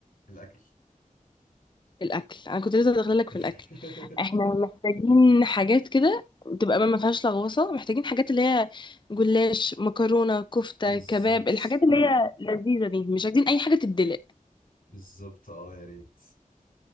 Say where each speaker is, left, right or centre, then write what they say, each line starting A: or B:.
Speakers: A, on the left (about 85°); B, on the left (about 35°).
A: الأكل
B: الاكل انا كنت لسه داخله
A: <laughs>
B: لك في الاكل احنا محتاجين حاجات كده تبقى ما فيهاش لغوصه محتاجين حاجات اللي هي جلاش مكرونه كفته
A: بالظبط
B: كباب الحاجات اللي هي لذيذه دي مش عايزين اي حاجه تتدلق
A: بالظبط أه يا ريت